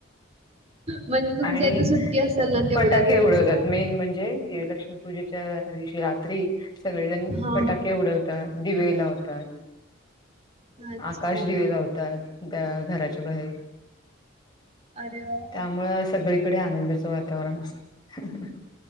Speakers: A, on the right (about 35°); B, on the left (about 20°).
A: म्हणजे तुमच्या
B: आणि
A: इथे सुट्टी असेल ना तेवढ्या
B: फटाके
A: दिवस
B: उडवतात
A: काय
B: मेन म्हणजे लक्ष्मी पूजेच्या दिवशी रात्री सगळेजण
A: हा
B: फटाके उडवतात दिवे लावतात.
A: हा अच्छा
B: आकाश दिवे लावतात. ग घराच्या बाहेर
A: अरे वा
B: त्यामुळें
A: वा.
B: अस सगळीकडे आनंदाचं वातावरण असत